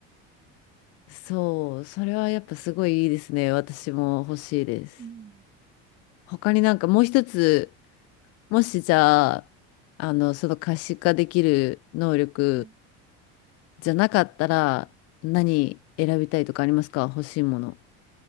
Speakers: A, on the left (about 55°); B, on the right (about 25°).
A: そう、それはやっぱすごいいいですね。私も欲しいです。
B: うん、
A: 他になんかもう一つ、もしじゃあ、あの、その可視化できる能力
B: はい。
A: じゃなかったら、何選びたいとかありますか欲しいもの。